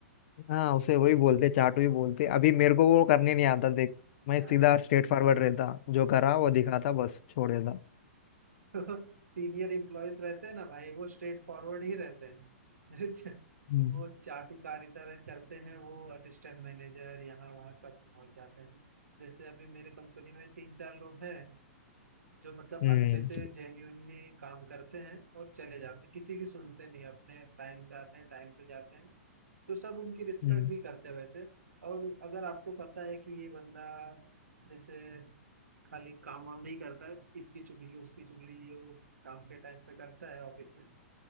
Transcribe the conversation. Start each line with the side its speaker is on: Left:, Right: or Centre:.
Left: हाँ उसे वही बोलते चाटू ही बोलते अभी
Right: <laughs>
Left: मेरे को वो करने नहीं आता देख मैं
Right: हाँ
Left: सीधा स्ट्रेट फॉरवर्ड रहता जो करा वो दिखाता बस छोड़ देता
Right: तो सीनियर इम्प्लॉयज रहते हैं ना भाई वो स्ट्रेट फॉरवर्ड ही रहते हैं <laughs>
Left: हम्म
Right: वो चाटुकारिता रह- करते हैं वो असिस्टेंट मैनेजर यहाँ वहाँ सब पहुंच जाते हैं जैसे अभी मेरे कंपनी में तीन चार लोग हैं जो मतलब
Left: हम्म
Right: अच्छे से जेन्यूनली काम करते हैं और चले जाते हैं किसी की सुनते नहीं अपने टाइम से आते हैं टाइम से जाते हैं तो सब उनकी रिस्पेक्ट
Left: हम्म
Right: भी करते हैं वैसे और अगर आपको पता है कि ये बंदा जैसे खाली काम वाम नहीं करता है इसकी चुगली उसकी चुगली ये वो काम के टाइम पे करता है ऑफिस में